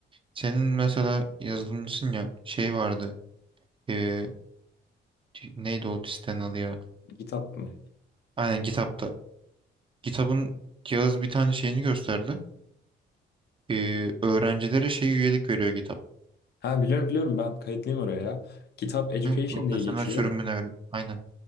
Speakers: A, on the right (about 25°); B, on the left (about 55°).
A: Senin mesela yazılımcısın ya şey vardı. Ee, neydi o sitenin adı ya?
B: Kitap mı?
A: Aynen GitHub'da. GitHub'ın Yağız bir tane şeyini gösterdi. Ee, öğrencilere şey üyelik veriyor GitHub.
B: Ha biliyorum biliyorum ben kayıtlıyım oraya ya. Kitap Education
A: Hı, profesyonel
B: diye geçiyor.
A: sürümüne veriyor. Aynen.